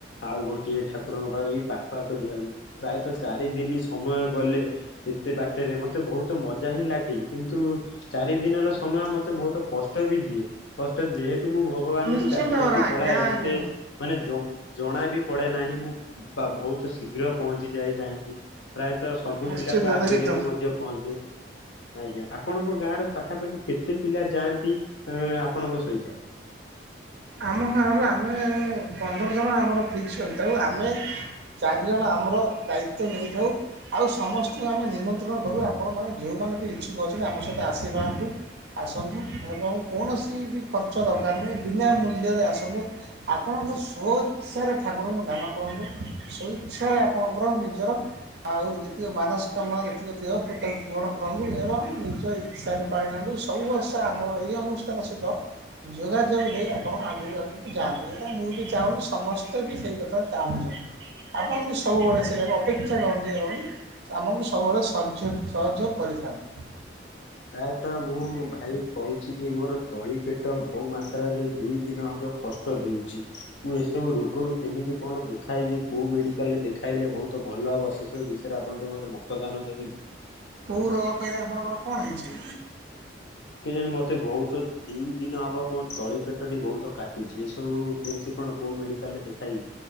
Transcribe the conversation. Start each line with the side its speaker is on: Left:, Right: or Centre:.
Left: ଆଉ ଗୋଟିଏ ଠାକୁରଙ୍କ ପା ଏଇ ପାଖ ପାଖ ଯିବାକୁ। ପ୍ରାୟତଃ ଚାରି ଦିନ ସମୟ ଗଲେ ଏତେ ବାଟରେ ମତେ ବହୁତ ମଜା ହିଁ ଲାଗେ, କିନ୍ତୁ ଚାରି ଦିନର ସମୟ ମତେ ବହୁତ କଷ୍ଟ ବି ଦିଏ, କଷ୍ଟ ଯେହେତୁ ମୁଁ ଭ ଭଗବାନଙ୍କୁ
Right: ନିଶ୍ଚିନ୍ତ
Left: ଡାକି ଡାକି
Right: ଭାବରେ ଆଜ୍ଞା
Left: ପଳାଏ
Right: ଆଜ୍ଞା
Left: ମତେ ମାନେ ଜ ଜଣା ବି ପଡେ ନାହିଁ। ମୁଁ ବହୁତ ଶୀଘ୍ର ପହଞ୍ଚିଯାଏ ଯାଇକି। ପ୍ରାୟତଃ ସବୁ
Right: ନିଶ୍ଚିନ୍ତ
Left: ପିଲାଙ୍କ ଆଗରେ
Right: ନିଶ୍ଚିନ୍ତ।
Left: ବି ମଧ୍ୟ ପହଞ୍ଚେ। ଆଜ୍ଞା ଆପଣଙ୍କ ଗାଁ ର ପାଖାପାଖି କେତେ ପିଲା ଯାଆନ୍ତି ଆପଣଙ୍କ ସହିତ?
Right: ଆମ ଗାଁରୁ ଆମେ ପନ୍ଦର ଜଣ ଆମର ଫିକ୍ସି ଅଛି, ତେଣୁ ଆମେ ଚାରି ଜଣ ଆମର ଦାୟିତନେଇଥାଉ ଆଉ ସମସ୍ତଙ୍କୁ ଆମେ ନିମ ତ୍ରଣ କରୁ ଆପଣ ମାନ ଯୋଉମାନେ ବି ଇଚ୍ଛୁକ ଅଛନ୍ତି ଆମ ସହିତ ଆସି ପାଆନ୍ତୁ ଆସନ୍ତୁ ଏବଂ କୌଣସି ବି ଖର୍ଚ୍ଚ ଦରକାର ନାହିଁ ବିନା ମୂଲ୍ୟରେ ଆସନ୍ତୁ ଆପଣଙ୍କ ସ୍ୱଇଚ୍ଛାରେ ଠାକୁରଙ୍କୁ ଦାନ କରନ୍ତୁ ସ୍ୱ ଇଚ୍ଛାରେ ଆପଣଙ୍କର ନିଜର ଆଉ ଯେତିକି ମାନସ୍କାମନା ଯେତିକି ଥିବ ପ୍ରତ୍ୟେକ ପୂରଣ କରନ୍ତୁ ଏବଂ ନିଜ ଇଚ୍ଛାରେ ପାଣି ନିଅନ୍ତୁ ସବୁ ତା ଆମର ଏଇ ଅନୁଷ୍ଠାନ ସହିତ ଯୋଗାଯୋଗ ଦେଇ ଆ ଆପଣ ଆଗକୁ ଆଗକୁ ଯାଆନ୍ତୁ ଏଇଟା ମୁଁ ବି ଚାହୁଁନି ସମସ୍ତେ ବି ସେଇ କଥା ଚାହୁଁଛନ୍ତି ଆପଣ ବି ସବୁଥିଲେ ଅପେକ୍ଷା କରନ୍ତିି ଏବଂ ଆମକୁ ସବୁବେଳେ ସହ ସହଯୋଗ କରିଥାନ୍ତ।
Left: ପ୍ରାୟ ତ ମୁଁ ଭାଇ କହୁଛି କି ମୋର ତଳି ପେଟ ବୋଉ ମାତ୍ରାରେ ଦୁଇ ଦିନ ହବ ସ୍ପଷ୍ଟ ଦେଉଛି ମୁଁ ଏସବୁ ରୋଗରୁ କେମିତି କଣ ଦେଖାଇବି କୋଉ ମେଡିକାଲ ରେ ଦେଖାଇଲେ ବହୁତ ଭଲ ହବ ସେସବୁ ବି ସେଥିରେ ଆପଣ ଟିକେ ମୋତେ ମତଦାନ ଦେବେ କି?
Right: କୋଉ ରୋକ କହିଲେ ଆପଣଙ୍କର କଣ ହେଇଛି?
Left: କେଜାଣି ମତେ ବହୁତ ଦିଇ ଦିନ ହବ ମୋ ତଳି ପେଟଟି ବହୁତ କାଟୁଛି। ଏସବୁ କେମିତି କଣ୍ କୋଉ ମେଡିକାଲ ରେ ଦେଖାଇବି?